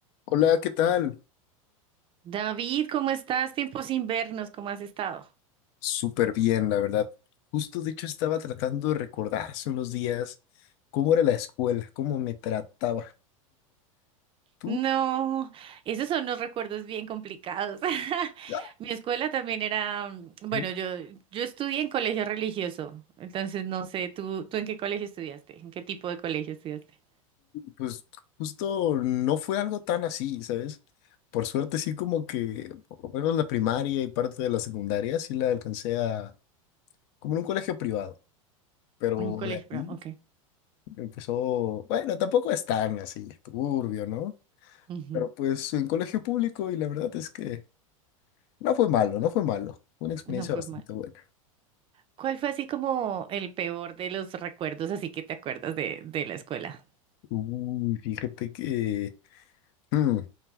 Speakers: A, on the left; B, on the right.
A: Hola, ¿qué tal?
B: David, ¿cómo estás? Tiempos sin vernos, ¿cómo has estado?
A: Súper bien, la verdad. Justo, de hecho, estaba tratando de recordar hace unos días cómo era la escuela, cómo me trataba. ¿Tú?
B: No, esos son los recuerdos bien complicados. <laughs>
A: Ah,
B: Mi escuela también era, mm, bueno,
A: ujú.
B: yo, yo estudié en colegio religioso, entonces no sé, ¿tú, tú en qué colegio estudiaste? ¿En qué tipo de colegio estudiaste?
A: Pues justo no fue algo tan así, ¿sabes? Por suerte sí como que, por lo menos la primaria y parte de la secundaria sí la alcancé a, como en un colegio privado, pero
B: En colegio,
A: de aquí
B: pero, ok.
A: empezó, bueno, tampoco es tan así, turbio, ¿no?
B: Ujú,
A: Pero pues en colegio público y la verdad es que No fue malo, no fue malo. Fue una experiencia
B: No fue
A: bastante
B: mal.
A: buena.
B: ¿Cuál fue así como el peor de los recuerdos, así que te acuerdas de, de la escuela?
A: Uy, fíjate que mm,